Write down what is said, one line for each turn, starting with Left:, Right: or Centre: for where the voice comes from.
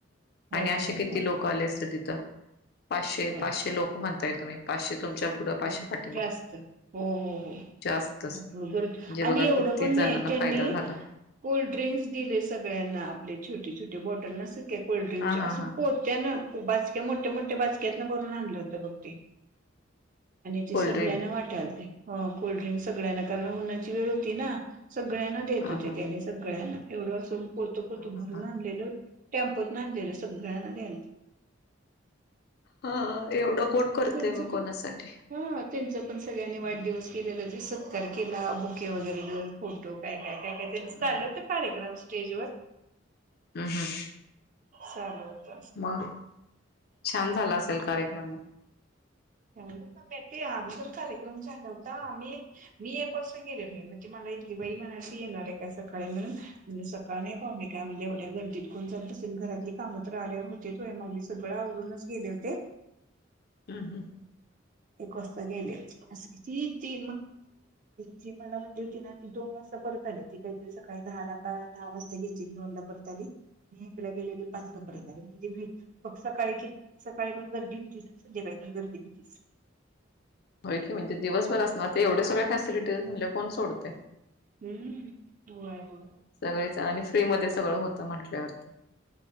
Right: होय
Left: आणि असे
Right: होय
Left: किती
Right: होय
Left: लोक आले असतील तिथ त पाशे
Right: होय
Left: पाशे लोक म्हणतात. कमीत कमी पाचशे तरी तुमच्या पुढं पाशे
Right: होय
Left: आहेत
Right: जास्त हो हो हो
Left: जास्तच
Right: भरपूर गरमी
Left: म्हणजे बघा
Right: आणि एवढं
Left: किती
Right: पण
Left: जणांना
Right: नाही त्यांनी
Left: फायदा झाला
Right: कोल्डड्रिंक्स दिले सगळ्यांना आपले छोटे छोटे बॉटल नसल की, कोलल्ड्रिंकचे
Left: हा
Right: असं
Left: हा हा
Right: पोत्यान बाजक्या मोठ्या मोठ्या बाजक्यात न भरून आणलं होतं बघ ते. आणि ते
Left: कोल्ड्रिंक
Right: सगळ्यांना वाटाल ते हो कोल्ड्रिंक सगळ्यांना कारण उन्हाची वेळ होती ना. सगळ्यांना देत
Left: हा
Right: होते
Left: हा
Right: त्याने सगळ्यांना एवढं असं मंजे. पोत पोत
Left: हा हा
Right: भरून
Left: हा
Right: आणलेल, टेम्पोतन आणलेलं सगळ्यांना द्यालती.
Left: हा एवढं! कोण करतय
Right: त्याचा
Left: मग कोणासाठी
Right: पण हा त्यांच पण सगळ्यांनी
Left: हम्म
Right: वाढदिवस केलेला जे स तारखेला बुके वगैरे घेवून. फोटो काय काय काय काय त्यांच
Left: हम्म
Right: चाललं
Left: हम्म
Right: होत, असे कार्यक्रम स्टेज वर
Left: हम्म
Right: चालू होत.
Left: मग छान झाला असेल कार्यक्रम म.
Right: काय ग मम्मे ती अगोदर कार्यक्रम झाला होता. आमी मी एक वासता गेलेली, मंजे मला इथली बाई म्हणाली येणार आहे, का सकाळी म्हणून म्हणलं सकाळी? काय नाही पाव्हणी काय म्हणल्या एवढ्या गर्दीत तिथं कोण जात बसेल घरातली कामं, तर आल्यावर होत्यात व्हय मग मी सगळ आवरूनच गेले होते.
Left: हम्म हम्म
Right: एक वाजता गेले व ती ती जी मला म्हणली होती ना ती दोन वाजता परत आली. ती काहीतरी सकाळी दहाला का दहा वाजता गेली दोनला परत आली. मी एकला गेलेली पाचला
Left: हम्म हम्म
Right: परत आले, बघ सकाळी किती सकाळी पण गर्दी होती आणि संध्याकाळी पण गर्दी व्हतीच.
Left: होय की म्हणजे ते दिवसभर असणार तर एवढ्या सगळ्या फॅसिलिटी तेचं म्हणल्यावर कोण सोडतय.
Right: हम्म व्हय व्हय.
Left: सगळेच आणि फ्री मध्ये सगळं होत म्हटल्यावरती